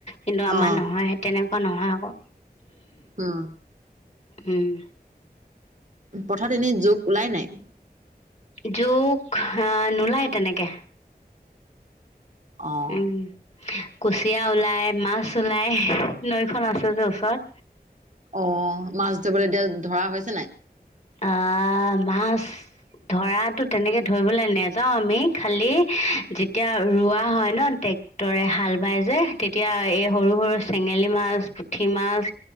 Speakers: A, on the left (about 40°); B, on the right (about 50°).
A: কিন্তু আমাৰ
B: অ
A: নহয় তেনেক তেনেকুৱা নহয় আকৌ,
B: উম
A: উম।
B: পথাৰত এনেই জোক ওলাই নাই।
A: জোক আহ নোলায় তেনেকে।
B: অ'।
A: উম কুচিয়া ওলাই মাছ ওলাই নৈখন আছে যে ওচৰত।
B: অ' মাছ ধৰিবলৈ এতিয়া ধৰা হৈছে নাই?
A: অ' মাছ ধৰাতো তেনেকে ধৰিবলে নাযাও আমি খালি যেতিয়া ৰোৱা হয় ন তে টেক্টৰে হাল বাই যে তেতিয়া এই সৰু সৰু চেঙেলী মাছ, পুঠি মাছ